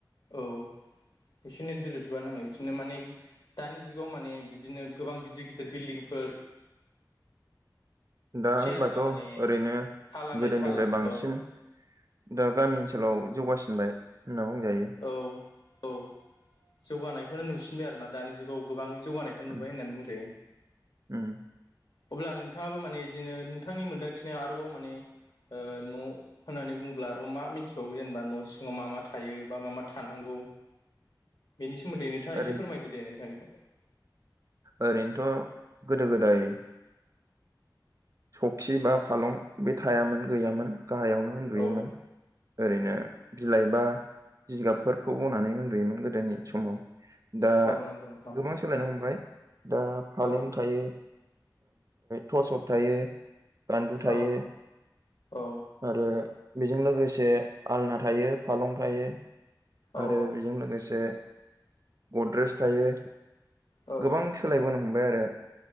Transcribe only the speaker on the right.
दा होमबाथ'
ओरैनो
गोदोनिफ्राय
बांसिन
दा गामि ओनसोलाव जौगासिनबाय होनना बुंजायो
उम
उम।
ओरै
ओरैनोथ' गोदो गोदाय सखि बा फालं बे थायामोन गैयामोन गाहायावनो उन्दुयोमोन।
ओरैनो बिलाइ बा जिगाबफोरखौ बनानै उन्दुयोमोन गोदोनि समाव दा
गोबां सोलायनो हमबाय दा फालें
थायो, टसप थायो गान्दु थायो
आरो बेजों लोगोसे आलना थायो फालं थायो
आरो बेजों लोगोसे गद्रेेज थायो
गोबां सोलायबोनो हमबाय आरो